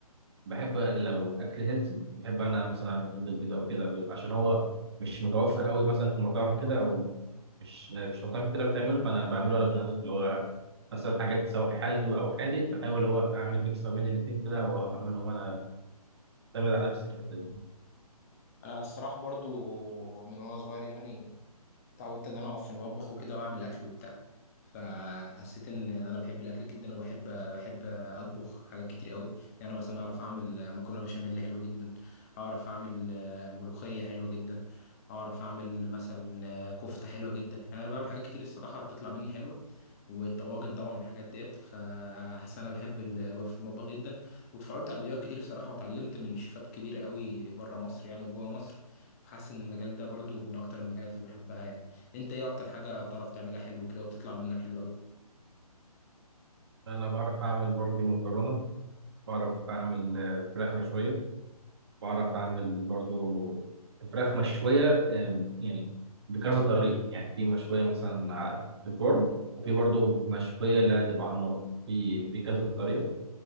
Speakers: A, on the right; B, on the left.
A: بحب لو اكل هيلثي بحب انا مثلا اعمل بالبيض او كده عشان هو مش متوفر قوي مثلا في مطاعم كده او مش مش مطاعم كتير بتعمله فانا بعمله انا بنفسي اللي هو مثلا حاجات سواء حلو او حادق بحاول اللي هو اعمل ميكس ما بين الاثنين كده واعملهم انا اعتمد على نفسي الحته دي
B: انا الصراحه برضو من وانا صغير يعني اتعودت ان انا اقف في المطبخ وكده واعمل اكل وبتاع فحسيت ان إن انا بحب الاكل جدا وبحب بحب اطبخ حاجات كتير قوي يعني انا مثلا اعرف اعمل مكرونه بشاميل حلو جدا اعرف اعمل آه، ملوخيه حلوه جدا اعرف اعمل مثلا آه، كفته حلوه جدا يعني انا بعمل حاجات كتير الصراحه بتطلع مني حلوه والطواجن طبعا والحاجات ديت فحاسس إن انا بحب ال- الوقف في المطبخ جدا واتفرجت على فيديوهات كتير الصراحه واتعلمت من شيفات كبيره قوي بره مصر يعني وجوه مصر فحاسس ان المجال ده برضو من اكتر المجالات اللي بحبها يعني انت ايه اكتر حاجه بتعرف تعملها حلو كده وبتطلع منك حلو قوي
A: انا بعرف اعمل برضو مكرونه بعرف اعمل آه، فراخ مشويه بعرف أعمل برضو الفراخ مشوية آم، يعني بكذا طريقة يعني في مشوية مثلا ع- في الفرن وفي برضو مشوية لا تبقى على النار في في كذا طريقة